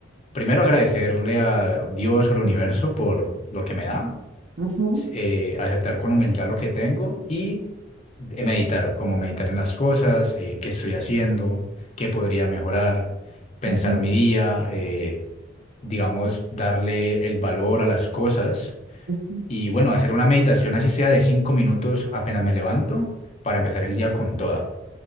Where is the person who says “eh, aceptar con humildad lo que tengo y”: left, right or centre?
Left